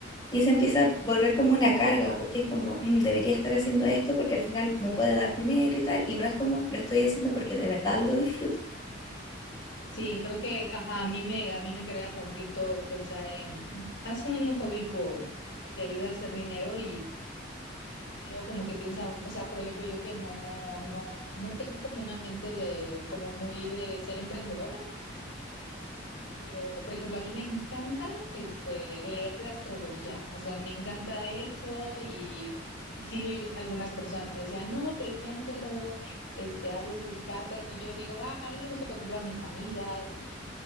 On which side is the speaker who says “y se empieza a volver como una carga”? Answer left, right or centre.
Left